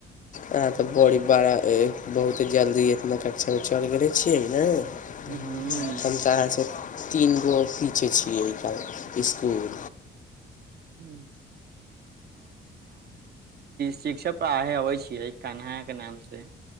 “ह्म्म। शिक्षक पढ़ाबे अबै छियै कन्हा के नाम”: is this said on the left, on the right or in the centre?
Right